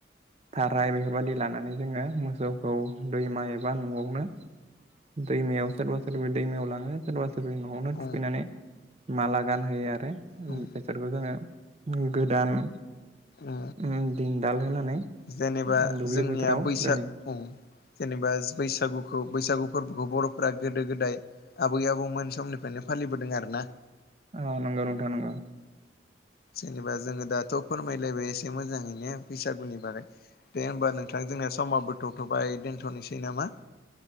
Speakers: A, on the right; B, on the left.
A: थाराय बेफोरबायाददि लानानै जोङो मोसौखौ दैमा एबा न'आवनो दैमायाव सोरबा सोरबा दैमायाव लाङो सोरबा सोरब न'आवनो
B: औ
A: थुखैनानै माला गानहोयो आरो
B: औ
A: बेसखौ जोङो गोदान
B: औ
A: उम दिन दाल होनानै
B: जेनेबा
A: दुब्लि
B: जोंनिया
A: बोथोराव
B: बैसागु
A: दोनो
B: जेनेबा बैसागुखौ बैसागु फोरबोखौ बर'फोरा गोदो-गोदाय आबै-आबौमोन समनिफ्रायनो फालिबोदों आरो ना।
A: औ नंगौ नोंथां नंगौ।
B: जेनेबा जोङो दाथ' फोरमायलायबाय एसे मोजाङैनो बैसागुनि बारै दे हबा नोंथां जोंना स समाबो थ'थ'बाय दोनथ'नोसै नामा?